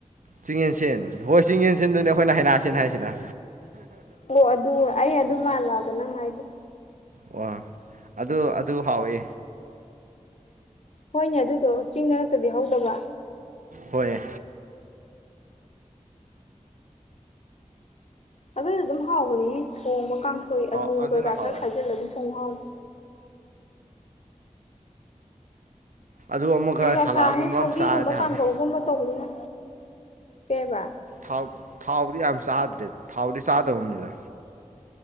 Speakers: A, on the right (about 85°); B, on the left (about 60°).
A: ꯆꯤꯡꯌꯦꯟꯁꯦꯟ ꯍꯣꯏ ꯆꯤꯡ ꯌꯦꯟꯁꯤꯟꯗꯨꯅꯦ
B: ꯎꯝ
A: ꯑꯩꯈꯣꯏꯅ ꯍꯩꯅꯥꯁꯤꯟ ꯍꯥꯏꯁꯤꯅ
B: ꯑꯣ ꯑꯗꯨ ꯑꯩ ꯑꯗꯨ ꯃꯥꯜꯂꯛꯑꯕ ꯅꯪ ꯍꯥꯏꯗꯣ
A: ꯑꯣ ꯑꯗꯨ ꯑꯗꯨ ꯍꯥꯎꯋꯦ
B: ꯍꯣꯏꯅꯦ ꯑꯗꯨꯗꯣ ꯆꯤꯡꯗ ꯅꯠꯇ꯭ꯔꯗꯤ ꯍꯧꯗꯕ
A: ꯍꯣꯏ
B: ꯑꯗꯨꯁꯨ ꯑꯗꯨꯝ ꯍꯥꯎꯕꯅꯦꯍꯦ ꯊꯣꯡꯕ ꯀꯥꯡꯁꯣꯏ
A: ꯍꯥꯎ
B: ꯑꯂꯨ
A: ꯑꯗꯨꯅ
B: ꯀꯩꯀꯥ
A: ꯍꯥꯎꯋꯦ
B: ꯈꯔ ꯈꯥꯏꯖꯤꯜꯂꯒ ꯑꯗꯨꯝ ꯊꯣꯡꯕ ꯍꯥꯎꯕꯅꯦ
A: ꯑꯗꯨ ꯑꯃꯒ
B: ꯅꯨꯡꯁꯥ
A: ꯁꯂꯥꯒꯨꯝꯕ
B: ꯁꯥꯔꯃꯤꯅ ꯁꯧꯒ꯭ꯔꯤꯒꯨꯝꯕ
A: ꯑꯃ ꯆꯥꯔꯗꯤ ꯍꯥꯎꯔꯦ
B: ꯀꯥꯡꯍꯧꯒꯨꯝꯕ ꯇꯧꯕꯁꯤꯅ ꯀꯩꯕ
A: ꯊꯥꯎ ꯊꯥꯎꯗꯤ ꯌꯥꯝ ꯆꯥꯗ꯭ꯔꯦ ꯊꯥꯎꯗꯤ ꯆꯥꯗ꯭ꯔꯒꯨꯝꯕꯅꯤꯗ